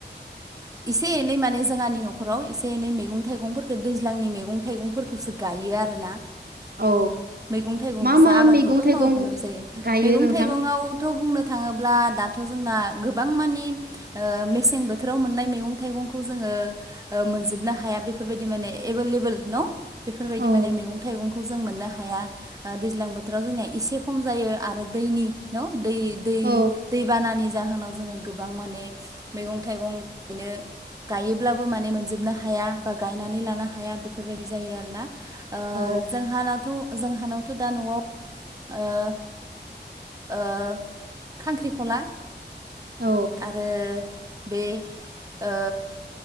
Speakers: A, on the right; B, on the right.
A: एसे एनै माने जोंहनि न'खराव एसे एनै मैगं थाइगंफोरखौ दैज्लांनि मैगं थाइगंफोरखौसो गायो आरोना
B: औ
A: मैगं थाइगंखौसो
B: मा मा
A: आबादखौथ'
B: मैगं थाइगं
A: मावाखौनो होनजायो
B: गायो
A: मैगं
B: नोंथां
A: थाइगंआव थ' बुंनो थाङोब्ला दाथ' जोंना गोबां मानि मेसें बोथोराव मोन मैगं थाइगंखौ जोङो मोनजोबनो हाया बेफोरबायदि माने एभेलेबेल न' बेफोरबायदि
B: औ
A: माने मैगं थाइगं खौ जों मोननो हाया दैज्लां बोथोराव जोंनिया एसे खम जायो आरो दैनि न दै दै
B: औ
A: दैबानानि जाहोनाव जोङो गोबां माने मैगं थाइगं बिनो गायोब्लाबो माने मोनजोबनो हाया बा गायनानै लानो हाया बेफोरबायदि जायो आरोना ओ
B: औ
A: जोंहानावथ' जोंहानावथ' दा न'आव ओ ओ खांख्रिखला
B: औ
A: आरो बे ओ